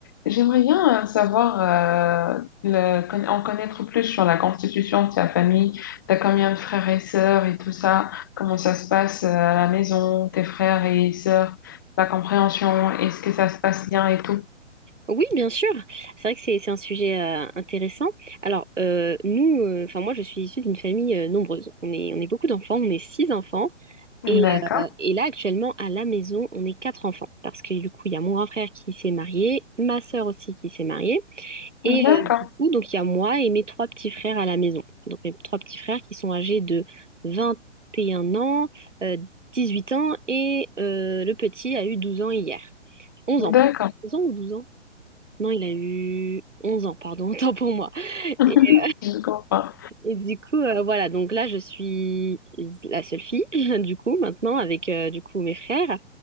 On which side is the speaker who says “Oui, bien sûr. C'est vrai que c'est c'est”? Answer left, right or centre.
Right